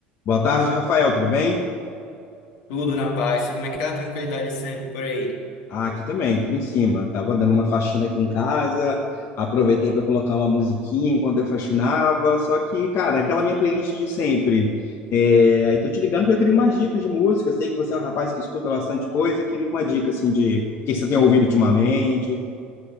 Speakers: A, on the left; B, on the left.
A: Boa tarde, Rafael, tudo bem?
B: Tudo na paz, tudo naquela tranquilidade sempre por aí.
A: Ah, aqui também, tudo em cima. Tava dando uma faxina aqui em casa, aproveitei para colocar uma musiquinha enquanto eu faxinava, só que, cara, aquela minha playlist de sempre. É, aí tô te ligando porque eu queria umas dicas de música, eu sei que você é um rapaz que escuta bastante coisa, eu queria uma dica, assim, de o que você tem ouvido ultimamente.